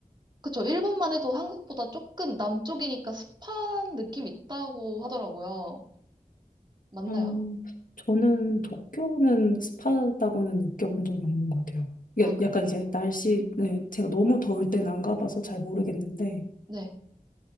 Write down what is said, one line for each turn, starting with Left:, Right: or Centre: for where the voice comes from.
Right: 그쵸. 일본만 해도 한국보다 조금 남쪽이니까 습한 느낌 있다고 하더라고요. 맞나요?
Left: 아, 저는 도쿄는 습하다고는 느껴본 적이 없는 것 같아요. 이게
Right: 아, 그래.
Left: 약간 이제 날씨, 네, 제가 너무 더울 땐 안 가봐서 잘 모르겠는데,
Right: 네,